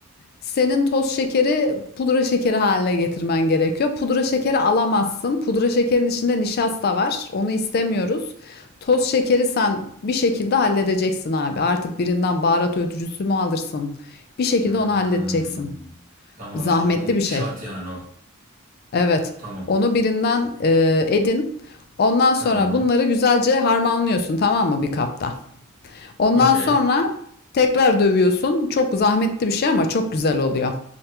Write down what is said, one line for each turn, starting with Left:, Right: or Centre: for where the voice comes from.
Left: Senin toz şekeri pudra şekeri haline getirmen gerekiyor. Pudra şekeri alamazsın. Pudra şekerin içinde nişasta var. Onu istemiyoruz. Toz şekeri sen bir şekilde halledeceksin abi. Artık birinden baharat öğütücüsü mü alırsın? Bir şekilde
Right: Hmm.
Left: onu halledeceksin.
Right: Tamam
Left: Zahmetli
Right: o zaman
Left: bir şey.
Right: şart yani o.
Left: Evet.
Right: Tamam.
Left: Onu birinden e, edin. Ondan sonra
Right: Tamam.
Left: bunları güzelce harmanlıyorsun tamam mı bir kapta? Ondan
Right: Okey.
Left: sonra tekrar dövüyorsun. Çok zahmetli bir şey ama çok güzel oluyor.